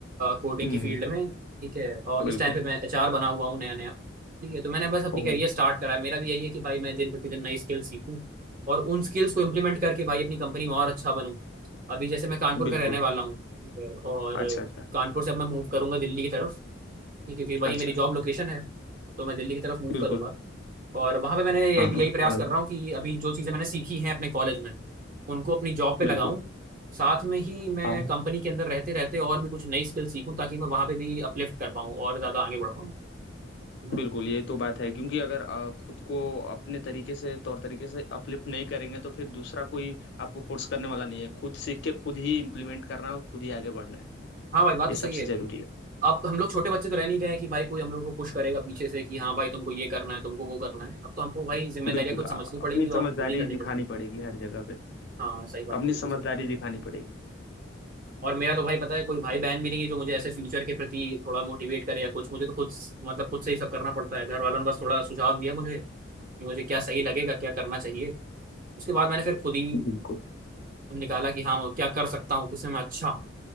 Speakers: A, on the right; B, on the left.
A: कोडिंग
B: हम्म
A: की
B: हम्म,
A: फील्ड में ठीक है और
B: बिल्कुल
A: इस टाइम पे मैं एचआर बना हुआ हूँ नया नया ठीक है तो मैंने बस अपनी
B: ओह
A: करियर स्टार्ट करा है मेरा भी यही है कि भाई मैं दिन प्रतिदिन नई स्किल्स सीखूं और उन स्किल्स को इम्प्लीमेंट करके भाई अपनी कंपनी में और अच्छा बनूं अभी जैसे मैं कानपुर
B: बिल्कुल
A: का रहने वाला हूँ ठीक है और
B: अच्छा अच्छा
A: कानपुर से अब मैं मूव करूंगा दिल्ली की तरफ ठीक है क्योंकि वही
B: अच्छा
A: मेरी जॉब लोकेशन है तो मैं दिल्ली की तरफ मूव
B: बिल्कुल
A: करूंगा और वहां पे मैंने यही
B: हाँ हाँ
A: यही प्रयास
B: समझ
A: कर
B: गया
A: रहा हूँ कि अभी जो चीजें मैंने सीखी हैं अपने कॉलेज में उनको अपनी जॉब पे
B: बिल्कुल
A: लगाऊं साथ में ही मैं
B: हाँ हाँ।
A: कंपनी के अंदर रहते रहते और भी कुछ नई स्किल सीखूं ताकि मैं वहां पे भी अपलिफ्ट कर पाऊँ और ज्यादा आगे बढ़ पाऊँ है ना।
B: बिल्कुल ये तो बात है क्योंकि अगर अ, खुद को अपने तरीके से तौर तरीके से अपलिफ्ट नहीं करेंगे तो फिर दूसरा कोई आपको फोर्स करने वाला नहीं है खुद सीख के खुद ही इम्प्लीमेंट करना है और खुद ही आगे बढ़ना है
A: हाँ भाई बात
B: ये
A: तो सही
B: सबसे
A: है
B: जरूरी
A: अब हम लोग छोटे बच्चे तो रह नहीं गए हैं कि भाई कोई हम लोग को पुश करेगा पीछे से कि हाँ भाई तुमको ये करना है तुमको वो करना है अब तो हमको भाई जिम्मेदारियां
B: है बिल्कुल
A: खुद
B: अ,
A: समझनी पड़ेंगी
B: अपनी समझदारी
A: और खुद ही करनी पड़ेंगी
B: दिखानी पड़ेगी हर जगह पे
A: हाँ सही बात
B: अपनी
A: है बिल्कुल
B: समझदारी
A: सही
B: दिखानी पड़ेगी
A: और मेरा तो भाई पता है कोई भाई बहन भी नहीं है जो मुझे ऐसे फ्यूचर के प्रति थोड़ा मोटिवेट करे या कुछ मुझे तो खुद मतलब खुद से ही सब करना पड़ता है घर वालों ने बस थोड़ा सुझाव दिया मुझे कि मुझे क्या सही लगेगा क्या करना चाहिए उसके बाद मैंने फिर खुद ही
B: बिल्कुल
A: निकाला कि हाँ मैं क्या कर सकता हूँ किसमें मैं अच्छा हूँ